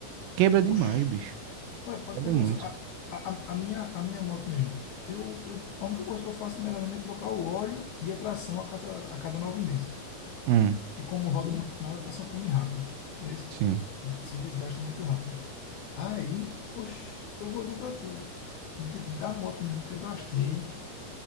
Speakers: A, on the right; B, on the left.
A: Quebra demais,
B: Oxe.
A: bicho.
B: Ué, pode
A: Quebra
B: ter noção.
A: muito.
B: A, a, a minha, a minha moto mesmo, eu, eu, a única coisa que eu faço nela mesmo é trocar o óleo e a tração a cada, a cada nove meses.
A: Hum,
B: Porque como eu rodo muito com ela, a tração come rápido. Entendeu?
A: sim.
B: Se desgasta muito rápido. Aí, oxe, eu vou dizer qual é tu. De- Da moto mesmo que eu gastei,